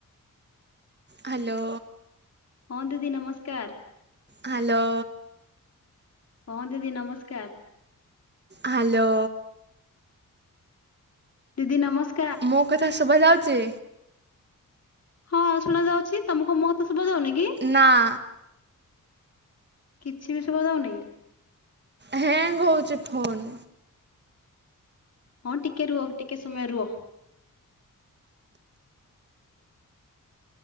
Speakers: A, on the right; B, on the left.
A: ହ୍ୟାଲୋ।
B: ହଁ ଦିଦି ନମସ୍କାର।
A: ହ୍ୟାଲୋ।
B: ହଁ ଦିଦି ନମସ୍କାର।
A: ହ୍ୟାଲୋ।
B: ଦିଦି ନମସ୍କାର।
A: ମୋ କଥା ଶୁଭା ଯାଉଛି
B: ହଁ ଶୁଣା ଯାଉଛି ତମକୁ ମୋ କଥା ଶୁଭା ଯାଉନି କି
A: ନାଁ
B: କିଛି ବି ଶୁଭା ଯାଉନି
A: ହ୍ୟାଙ୍ଗ୍ ହଉଛି ଫୋନ୍
B: ହଁ ଟିକେ ରୁହ ଟିକେ ସମୟ ରୁହ